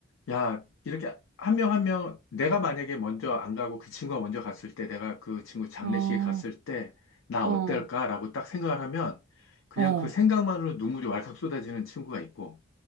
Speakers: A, on the left (about 85°); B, on the right (about 90°).
A: 야, 이렇게 한 명 한 명, 내가 만약에 먼저 안 가고 그 친구가 먼저 갔을 때, 내가 그 친구 장례식에
B: 어,
A: 갔을 때, 나
B: 어,
A: 어떨까라고 딱 생각을 하면, 그냥
B: 어.
A: 그 생각만으로 눈물이 왈칵 쏟아지는 친구가 있고,